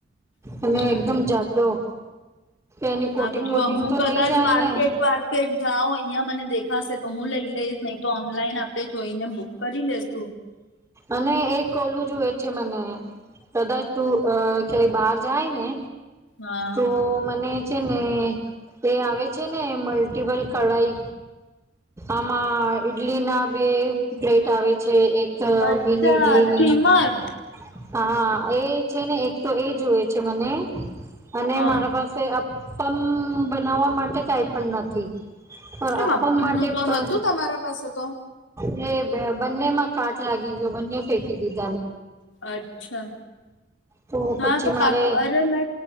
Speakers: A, on the left; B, on the right.
A: હમ
B: અને એકદમ જાડો. એની
A: હા
B: કોટિંગ
A: તો જો
B: વોટિંગ
A: હું
B: તો
A: કદાચ
B: નહી જાય
A: માર્કેટ
B: ને
A: બાર્કેટ જાઉં અહિયાં મને દેખાશે તો હું લઈ લઈશ નહી તો ઓનલાઈન આપડે જોઈને બુક કરી લઈશ.
B: અને એક ખોલું જોએ. કે મને કદાચ તું અ ક્યાય બહાર જાય ને
A: હા
B: તો મને છે ને એ આવે છે ને મલ્ટીપલ કઢાઈ આમાં ઈડલી ના બે પ્લેટ આવે છે એક અ
A: અચ્છા
B: <unintelligible>
A: સ્ટીમર
B: હા એ છે ને એક તો એ જુવે છે મને અને
A: હા
B: મારા પાસે પમ બનાવવા માટે કઈ પણ નથી. પણ
A: કેમ
B: અપમ
A: અપનનું
B: માટે
A: તો
B: પણ
A: હતું તમારા પાસે તો
B: એ બ બંને માં કાટ લાગી ગયો બંને ફેંકી દીધું.
A: અચ્છા
B: તો પછી
A: હા તો
B: મારે
A: પાપ અરે મે